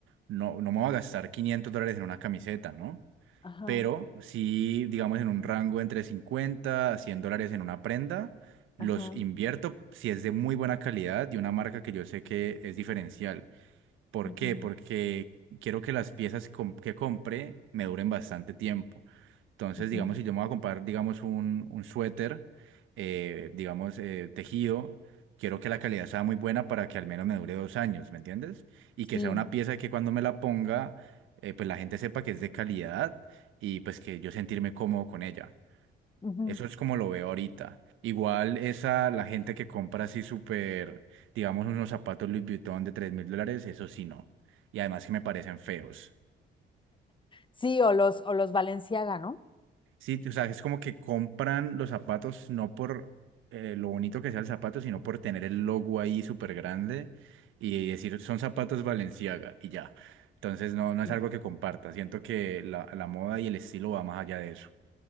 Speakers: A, on the right; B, on the left.
A: no, no me voy a gastar 500 dólares en una camiseta, ¿no?
B: ajá,
A: Pero sí, digamos, en un rango entre 50 a 100 dólares en una prenda, los
B: ajá,
A: invierto si es de muy buena calidad y una marca que yo sé que es diferencial. ¿Por
B: ujú,
A: qué? Porque quiero que las piezas com- que compre me duren bastante tiempo. Entonces,
B: ujú,
A: digamos, si yo me voy a comprar, digamos, un, un suéter, eh, digamos, eh, tejido, quiero que la calidad sea muy buena para que al menos me dure dos años, ¿me entiendes? Y que
B: Sí,
A: sea una pieza que cuando me la ponga, eh, pues la gente sepa que es de calidad y pues que yo sentirme cómodo con ella.
B: ujú.
A: Eso es como lo veo ahorita. Igual esa, la gente que compra así súper, digamos, unos zapatos Louis Vuitton de tres mil dólares, eso sí no. Y además que me parecen feos.
B: Sí, o los, o los Balenciaga, ¿no?
A: Sí, o sea, es como que compran los zapatos no por eh, lo bonito que sea el zapato, sino por tener el logo ahí súper grande y decir, son zapatos Balenciaga y ya. Entonces no, no es
B: Sí.
A: algo que comparta. Siento que la, la moda y el estilo va más allá de eso.